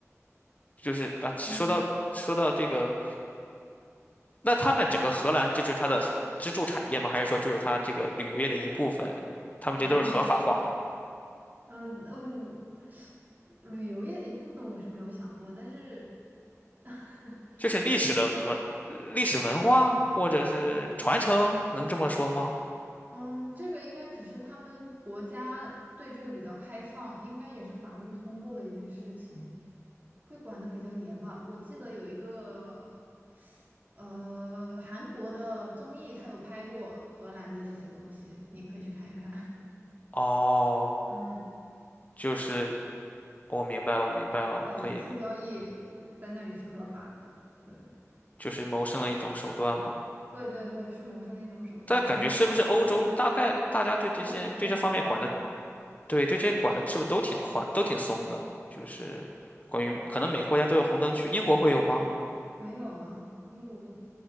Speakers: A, on the left (about 30°); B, on the right (about 35°).
A: 就是啊，其说到说到这个
B: 嗯，
A: 那他们整个荷兰，这就是它的支柱产业吗？还是说就是它这个旅游业的一部分？他们这都是合法化的，
B: 啊，你呃嗯，旅游业的一部分我是没有想过，但是 <laughs>。
A: 就是历史的文、历史文化或者是传承，能这么说吗？
B: 嗯，这个应该只是他们国家对这个比较开放，应该也是法律通过的一件事情，会管得比较严吧。我记得有一个，呃，韩国的综艺，他有拍过荷兰的这些东西，你可以去看一看。
A: 哦，
B: <laughs> 嗯，
A: 就是我明白了，我明白了，
B: 对，
A: 我可以
B: 性交易呃在那里是合法的，对，
A: 就是谋生的一种手段吗？
B: 对对对，是谋生的一种手段，
A: 但感觉是不是欧洲大概大家对这些对这方面管的，
B: 他们都都有营业执照的。
A: 对对这管的是不是都挺宽，都挺松的？就是关于可能每个国家都有红灯区，英国会有吗？
B: 没有啊，英国